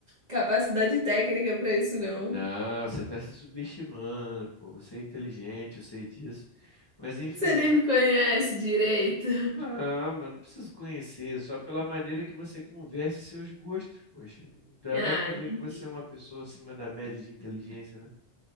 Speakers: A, on the right; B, on the left.
A: capacidade técnica pra isso, não.
B: não, você está se subestimando, pô, você é inteligente, eu sei disso. Mas enfim.
A: Você nem me conhece direito.
B: Não, mano, não preciso conhecer, só pela maneira que você conversa e seus gostos, poxa. Já
A: Ah,
B: dá pra ver
A: entendi.
B: que você é uma pessoa acima da média de inteligência, né?